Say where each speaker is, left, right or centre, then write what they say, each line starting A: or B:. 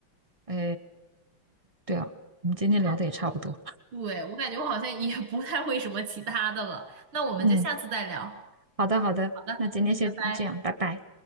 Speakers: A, on the right; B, on the right.
A: 哎，对啊，我们今天聊的也差不多。
B: 不太，对，我感觉我好像也不太会什么其他的了。那我们就下次再聊。
A: 嗯，好的，好的，
B: 好的，
A: 那今天先这样，
B: 嗯，拜拜。
A: 拜拜。